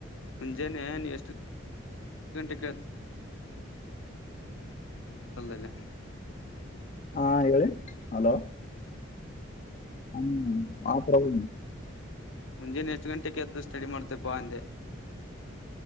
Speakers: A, on the left (about 80°); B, on the left (about 35°).
A: ಮುಂಜಾನೇ ನೀವ್ ಎಷ್ಟು ಗಂಟೆಕ್ ಹಾಲ್ ದ
B: ಹಾ ಹೇಳಿ ಅಲೋ ಹ್ಮ ಆ ಪ್ರಭು
A: ಮುಂಜಾನ ಎಷ್ಟು ಗಂಟೆ ಕ ಎದ್ದು ಸ್ಟಡಿ ಮಾಡ್ತೇಪ್ಪಾ ಅಂದೆ